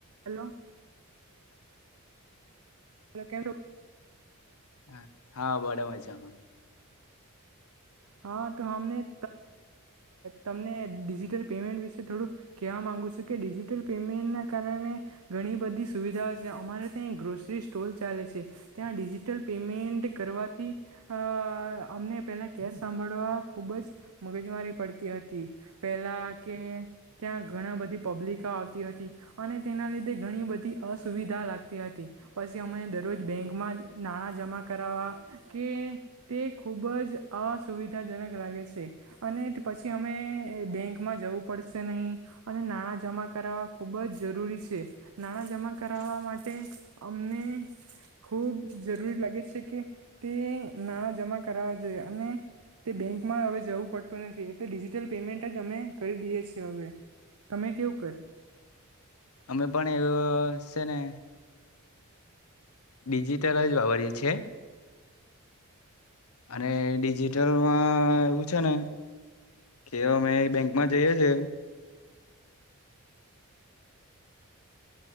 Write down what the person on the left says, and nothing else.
હ હા બડે મજામાં
અમે પણ એવું છે ને
ડિજિટલ જ વાપરીએ છીએ અને ડિજિટલમાં એવું છે ને કે અમે બેંક માં જઈએ છે